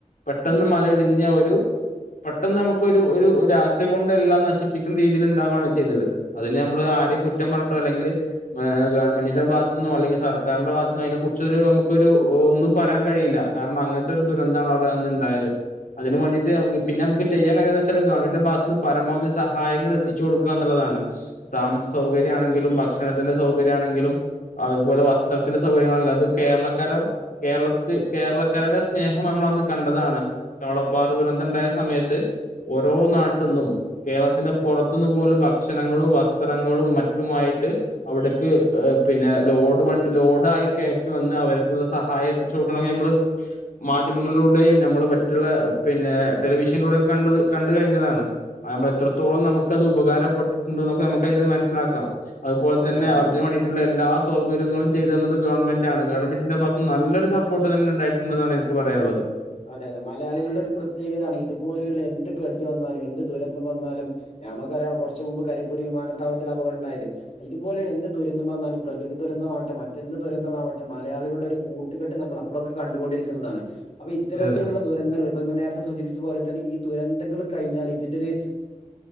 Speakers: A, on the left; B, on the left.
A: പെട്ടെന്ന് മലയിടിഞ്ഞ ഒരു പെട്ടെന്ന് നമുക്ക് ഒരു ഒരു രാത്രി കൊണ്ട് എല്ലാം നശിപ്പിക്കുന്ന രീതിയിൽ ഉണ്ടാവാണ് ചെയ്തത് അതിന് നമ്മൾ കുറ്റം പറഞ്ഞിട്ടോ അല്ലെങ്കിൽ ഗവൺമെന്റിന്റെ ഭാഗത്ത് നിന്നോ അല്ലെങ്കില് സർക്കാന്റെ ഭാഗത്ത് നിന്നോ അതിനെ കുറിച്ച് ഒരു നമുക്ക് ഒരു ഒരു ഒന്നും പറയാൻ കഴിയില്ല കാരണം അങ്ങനത്തെ ഒരു ദുരന്തമാണ് അവിടെ അന്ന് ഉണ്ടായത് അതിന് വേണ്ടിട്ട് പിന്നെ നമുക്ക് ചെയ്യൻ കഴിയുന്നത് വെച്ചാല് ഗവൺമെന്ന്റെ ഭാഗത്ത് പരമാവധി സഹായങ്ങൾ എത്തിച്ച കൊടുക്കുക എന്നുള്ളതാണ് താമസ സൗകര്യംമാണെങ്കിലും ഭക്ഷണത്തിന്റെ സൗകര്യം ആണെങ്കിലും അതുപോലെ വസ്ത്രത്തിന്റെ സൗകര്യങ്ങളാണെകിലും കേരളക്കാര കേരളത്ത് കേരളക്കാരുടെ സ്നേഹം നമ്മൾ അന്ന് കണ്ടതാണ് കവളപ്പാറ ദുരന്തണ്ടായ സമയത്ത് ഓരോ നാട്ട്ന്നും കേരളത്തിന്റെ പുറത്തുന്ന് പോലും ഭക്ഷണങ്ങളും വസ്ത്രങ്ങളും മറ്റുമായി ന്നട്ട് അവിട പിന്നെ ലോഡ് ലോഡായി കയറ്റി വന്ന് അവർക്കുള്ള സഹായം <unintelligible> നമ്മള് മാധ്യമങ്ങളിലൂ നമ്മള് മറ്റുള്ള പിന്നെ ടെലിവിഷനിലൂടെ കണ്ട് കണ്ടണ്ട് കഴിഞ്ഞതാണ് നമ്മ എത്രത്തോളം നമുക്കത് ഉപകാരപ്പെട്ടിട്ടുണ്ട്ന്നോക്കെ നമുക്ക് അതിന് മനസിലാക്കാം അതുപോലെ
B: അതെ
A: തന്നെ അതിന് വേണ്ടിട്ടുള്ള എല്ലാ സൗകര്യങ്ങളും ചെയ്തു തന്നുന്നത് ഗവൺമെന്റ്ണല്ലോ ഗവൺമെന്റിന്റെ ഭഗത്ത് നല്ലൊരു സപ്പോർട്ട് തന്നെണ്ടായിട്ടുണ്ടന്നതാണ് എനിക്ക് പറയാനുള്ളത്
B: അതെ അതെ മലയാളികളുടെ ഒരു പ്രത്യേകതയാണ് ഇതുപോലെയുള്ള എന്ത് കെടുതി വന്നാലും എന്ത് ദുരന്തം വന്നാലും നമുക്കറിയാം കുറച്ചമുമ്പ് കരിപ്പൂരി വിമാനത്താവളത്തിൽ അപകട ഉണ്ടായത് ഇതു പോലെ എന്ത് ദുരന്തം വന്നാലും പ്രകൃതി ദുരന്തം മാവട്ടെ മറ്റെന്ത ദുരന്തമാവട്ടെ മലയാളികളുടെ ഒരു കൂട്ടുകെട്ട് നമ്മൾ അപ്പോഴൊക്കെ കണ്ടുകൊണ്ടിരിക്കുന്നതാണ് അപ്പൊ ഇത്തരത്തിലുള്ള
A: അതെ അതെ
B: ദുരന്തങ്ങൾ അപ്പ ഇങ്ങള് നേര ത്തെ സൂചിപ്പിച്ച പോലെ തന്നെ ഈ ദുരന്തങ്ങൾ കഴിഞ്ഞാൽ ഇതിന്റെ ഒരു